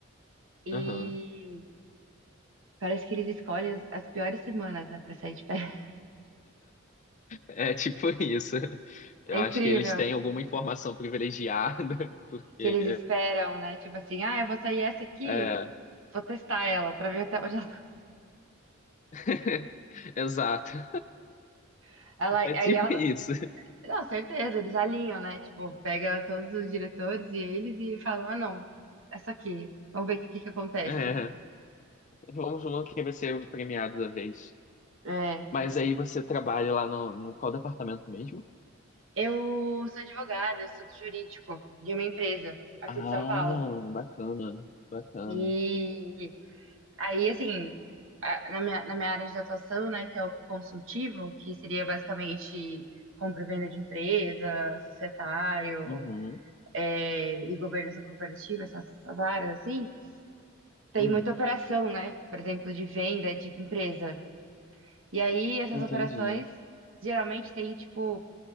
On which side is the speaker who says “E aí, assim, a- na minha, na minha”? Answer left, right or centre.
Right